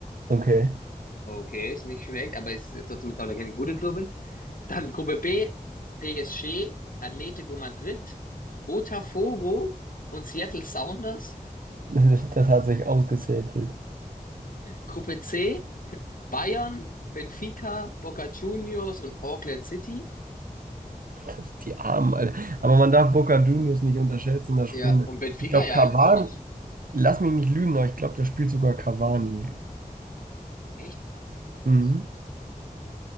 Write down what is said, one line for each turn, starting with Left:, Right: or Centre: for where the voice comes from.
Right: okay.
Left: Okay, ist nicht schlecht, aber es ist trotzdem jetzt auch keine gute Gruppe. Dann Gruppe B, PSG, Atlético Madrid, Botafogo und Seattle Sounders.
Right: <laughs> Das hat sich ausgesätelt.
Left: Gruppe C, Bayern, Benfica, Boca Juniors und Auckland City.
Right: Das, die Armen, Alter. Aber man darf Boca Juniors nicht unterschätzen, das
Left: Ja,
Right: Spiel.
Left: und Benfica
Right: Ich glaube,
Left: ja
Right: Cavani,
Left: eigentlich auch nicht.
Right: lass mich nicht lügen, aber ich glaube, da spielt sogar Cavani.
Left: Echt? Weiß
Right: Mhm.
Left: ich nicht tatsächlich.